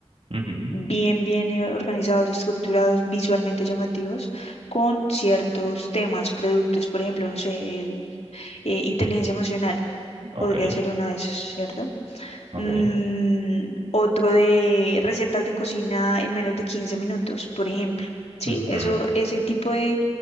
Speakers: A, on the right; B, on the left.
A: ujú,
B: bien, bien eh, organizados, estructurados, visualmente llamativos, con ciertos temas, productos, por ejemplo, no sé, el, eh, inteligencia emocional
A: ok,
B: podría ser uno de esos, ¿cierto?
A: ok,
B: Mm, otro de recetas de cocina en menos de 15 minutos, por ejemplo. Sí,
A: ujú,
B: eso, ese tipo de,